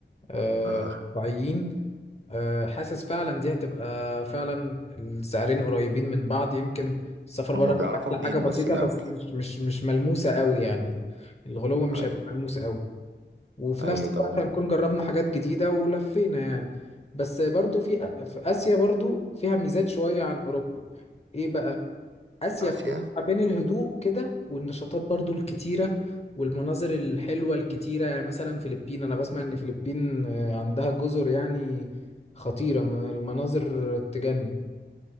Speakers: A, on the left (about 35°); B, on the right (about 80°).
A: آه،
B: آه.
A: طبيعيين آه، حاسس فعلا دي هتبقى فعلا السعرين قريبين من بعض يمكن السفر بره
B: هما
A: هتبقى
B: بيعرفوا منين
A: حاجة بسيطة
B: بس الأول
A: بس مش مش مش ملموسة قوي يعني الغلو مش
B: أيوة
A: هيبقى ملموس قوي وفي
B: أيوة
A: نفس
B: طب
A: الوقت
B: هم-
A: هنكون جربنا حاجات جديدة ولفينا يعني بس برضو في في آسيا برضو فيها ميزات شوية عن أوروبا إيه بقى آسيا
B: آسيا
A: بتجمع بين الهدوء كده والنشاطات برضو الكتيرة والمناظر الحلوة الكتيرة يعني مثلا فلبين أنا بسمع إن فلبين آه، عندها جزر يعني خطيرة من المناظر تجنن